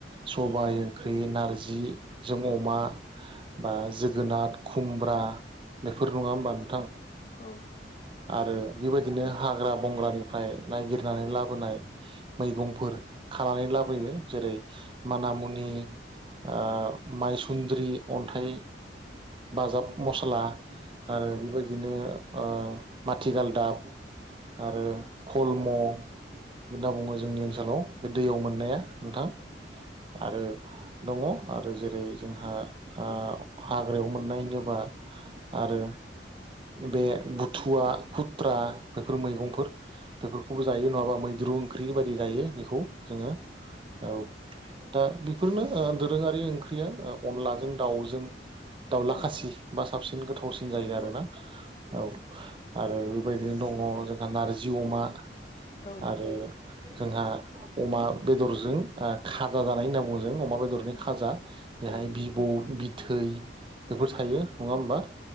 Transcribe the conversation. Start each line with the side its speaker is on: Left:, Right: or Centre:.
Right: सबाय ओंख्रि, नारजिजों अमा बा जोगोनाथ, खुमब्रा बेफोर नङा होमबा नोंथां?
Left: औ
Right: आरो बेबायदिनो हाग्रा बंग्रानिफ्राय नायगिरनानै लाबोनाय मैगंफोर खानानै लाबोयो। जेरै मानामुनि ओ माइसुन्द्रि, अन्थाइ बाजाब मस्ला आरो बेबायदिनो ओ माथिगालदाब आरो कलम' होनना बुङो जोंनि ओनसोलाव बे दैयाव मोननाया नोंथां आरो दङ आरो जेरै जोंहा ओ हाग्रायाव मोननायनोबा आरो बे बुथुवा, खुथ्रा बेफोर मैगंफोर। बेफोरखौबो जायो नङाबा मैद्रु ओंख्रि बायदि जायो बेखौ जोङो औ
Left: औ
Right: दा बेफोरनो ओ दोरोङारि ओंख्रिया ओ अनलाजों दाउजों दाउला
Left: औ
Right: खासि बा साबसिन गोथावसिन जायो
Left: नंगौ
Right: आरो ना। औ आरो बेबायदिनो दङ जोंहा नारजि अमा।
Left: औ
Right: आरो जोंहा अमा बेदरजों ओ खाजा जानाय होनना बुङो जों अमा बेदरनि खाजा। बेहाय
Left: औ
Right: भब' बिथै बेफोर थायो नङा होमबा।